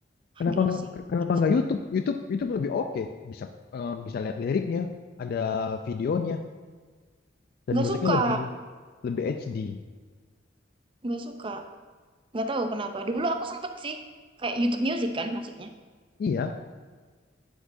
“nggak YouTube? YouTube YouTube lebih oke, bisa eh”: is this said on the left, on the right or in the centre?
Left